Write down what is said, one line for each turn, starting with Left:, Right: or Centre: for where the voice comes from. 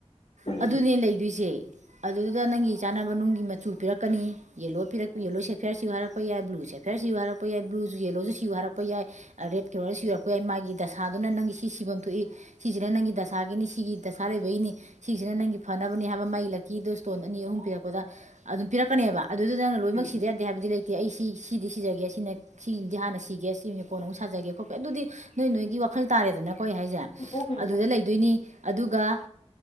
Left: ꯎꯝ
Right: ꯑꯗꯨꯅꯦ ꯂꯩꯗꯨꯏꯁꯦ ꯑꯗꯨꯗꯨꯗ ꯅꯪꯒꯤ ꯆꯥꯅꯕ ꯅꯨꯡꯒꯤ ꯃꯆꯨ ꯄꯤꯔꯛꯀꯅꯤ ꯌꯦꯜꯂꯣ ꯄꯤꯔꯛ ꯌꯦꯜꯂꯣ ꯁꯦꯐꯤꯌꯥꯔ ꯁꯤꯌꯨ ꯍꯥꯏꯔꯛꯄ ꯌꯥꯏ ꯕ꯭ꯂꯨ ꯁꯦꯐꯤꯌꯔ ꯁꯤꯌꯨ ꯍꯥꯏꯔꯛꯄ ꯌꯥꯏ ꯕ꯭ꯂꯨꯖꯨ ꯌꯦꯜꯂꯣꯖꯨ ꯁꯤꯌꯨ ꯍꯥꯏꯔꯛꯄ ꯌꯥꯏ ꯔꯦꯗ ꯀꯂꯔ ꯁꯤꯎꯔꯛꯄ ꯌꯥꯏ ꯃꯥꯒꯤ ꯗꯁꯥꯗꯨꯅ ꯅꯪꯒꯤ ꯁꯤ ꯁꯤꯕꯝ ꯊꯣꯛꯏ ꯁꯤꯖꯤꯅ ꯅꯪꯒꯤ ꯗꯁꯥꯒꯤꯅꯤ ꯁꯤꯒꯤ ꯗꯁꯥ ꯂꯩꯕꯩꯅꯤ ꯁꯤꯁꯤꯅ ꯅꯪꯒꯤ ꯐꯅꯕꯅꯤ ꯍꯥꯏꯕ ꯃꯩ ꯂꯛꯀꯤꯗꯨ ꯁ꯭ꯇꯣꯟ ꯑꯅꯤ ꯑꯍꯨꯝ ꯄꯤꯔꯛꯄꯗ ꯑꯗꯨꯝ ꯄꯤꯔꯛꯀꯅꯦꯕ ꯑꯗꯨꯗꯨꯗ ꯅꯪ ꯂꯣꯏꯃꯛ
Left: ꯎꯝ
Right: ꯁꯤꯗ ꯌꯥꯗꯦ ꯍꯥꯏꯕꯗꯤ ꯂꯩꯇꯦ ꯑꯩꯁ ꯏ ꯁꯤꯗꯤ ꯁꯤꯖꯔꯒꯦ ꯁꯤꯅ ꯁꯤꯝꯗꯤ ꯍꯥꯟꯅ ꯁꯤꯒꯦ ꯁꯤ ꯀꯣꯟꯅ ꯑꯃꯨꯛ ꯁꯥꯖꯒꯦ ꯈꯣꯠꯄꯦ ꯑꯗꯨꯗꯤ ꯅꯣꯏ ꯅꯣꯏꯒꯤ ꯋꯥꯈꯜ ꯇꯥꯔꯦꯗꯅ ꯀꯣꯏ ꯍꯥꯏꯁꯦ
Left: ꯄꯣꯛꯈꯤꯅꯨꯀꯣ
Right: ꯑꯗꯨꯗ ꯂꯩ ꯗꯨꯏꯅꯤ ꯑꯗꯨꯒ